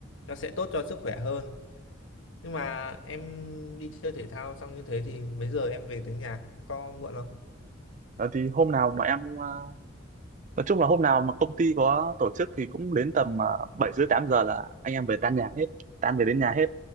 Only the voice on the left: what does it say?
nó sẽ tốt cho sức khỏe hơn nhưng mà em đi chơi thể thao xong như thế thì mấy giờ em về tới nhà có muộn không